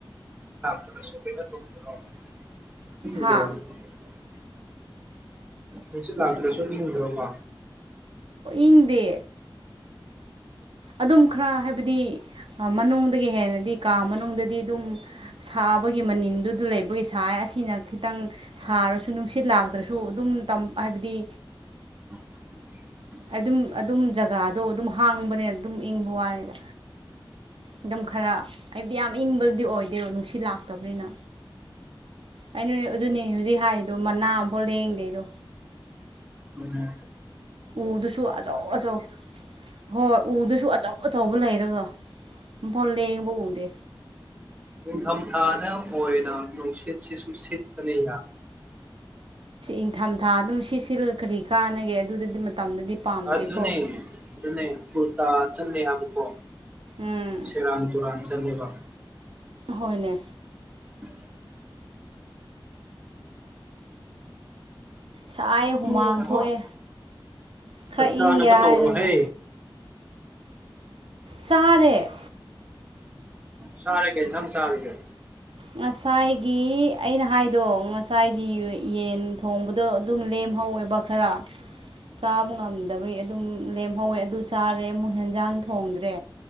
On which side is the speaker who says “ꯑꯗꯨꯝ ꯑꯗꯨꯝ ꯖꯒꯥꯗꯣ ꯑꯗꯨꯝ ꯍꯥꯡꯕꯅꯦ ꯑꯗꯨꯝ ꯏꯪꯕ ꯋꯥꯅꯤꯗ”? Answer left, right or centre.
Right